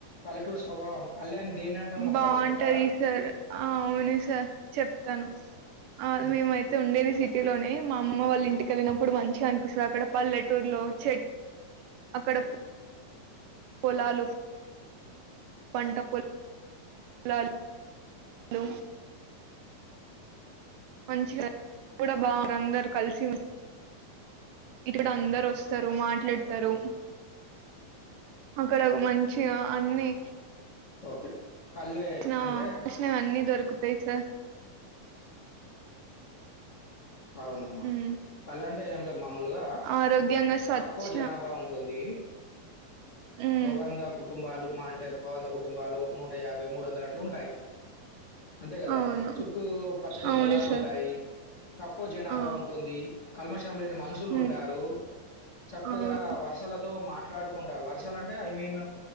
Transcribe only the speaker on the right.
బాగుంటది
సార్ అవును సార్ చెప్తాను ఆ
మేమయితే ఉండేది సిటీలోనే మా అమ్మమ్మ వాళ్ళ ఇంటికి కెళ్ళినప్పుడు మంచిగా అనిపిస్తుంది అక్కడ పల్లెటూరులో చెట్టు అక్కడ పోలాలు పంట పో లాల్ లు మంచిగా కూడా బాగ అందరు కలిసి ఇక్కడ అందరు వస్తారు మాట్లాడతారు అక్కడ మంచిగా అన్ని
కృణ
కృష్ణ అన్నీ దొరకుతాయి సార్
ఉమ్
ఆరోగ్యంగా స్వచ్ఛ
ఉమ్
అవును
అవును
సార్
ఆ
ఉమ్
అవును